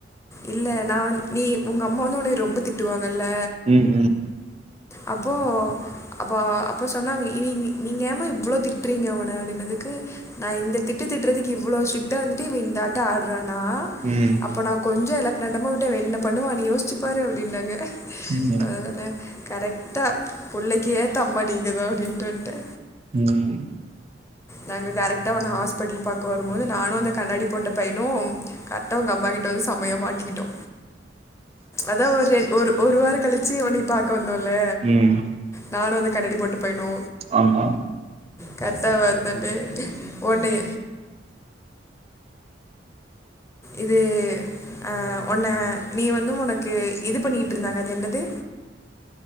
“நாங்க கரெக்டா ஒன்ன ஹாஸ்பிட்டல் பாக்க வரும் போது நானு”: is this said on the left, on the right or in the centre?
Left